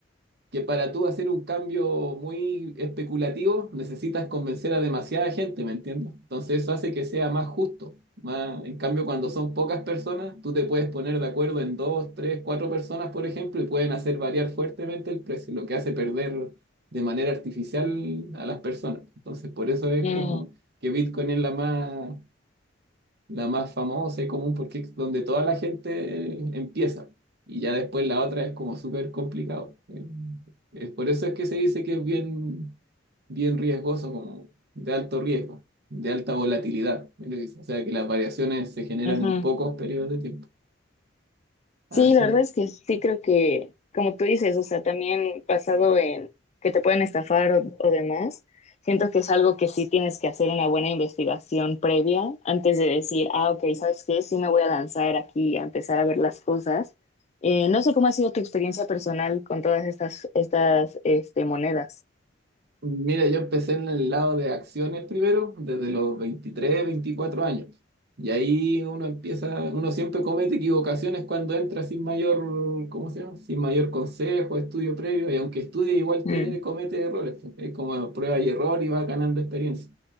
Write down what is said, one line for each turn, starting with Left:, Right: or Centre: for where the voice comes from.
Right: que para tú hacer un cambio muy especulativo necesitas convencer a demasiada gente, ¿me entiendes? Entonces eso hace que sea más justo. Más, en cambio, cuando son pocas personas, tú te puedes poner de acuerdo en dos, tres, cuatro personas, por ejemplo, y pueden hacer variar fuertemente el precio, lo que hace perder de manera artificial a las personas. Entonces, por eso es
Left: Mm.
Right: como que Bitcoin es la más la más famosa y común porque es donde toda la gente eh, empieza. Y ya después la otra es como súper complicado. Eh, es por eso es que se dice que es bien, bien riesgoso, como de alto riesgo, de alta volatilidad. es lo que dice. O sea que las variaciones se generan
Left: Ujú.
Right: en pocos periodos de tiempo. Así
Left: Sí, la verdad
Right: que
Left: es que sí creo que, como tú dices, o sea, también basado en que te pueden estafar o, o demás, siento que es algo que sí tienes que hacer una buena investigación previa antes de decir, ah, ok, ¿sabes qué? Sí me voy a lanzar aquí a empezar a ver las cosas. Eh, no sé cómo ha sido tu experiencia personal con todas estas, estas, este, monedas.
Right: Mira, yo empecé en el lado de acciones primero, desde los 23, 24 años. Y ahí uno empieza, uno siempre comete equivocaciones cuando entra sin mayor, ¿cómo se llama? Sin mayor consejo, estudio previo, y aunque estudie igual
Left: Mm.
Right: te comete errores. pues. Es como prueba y error y va ganando experiencia.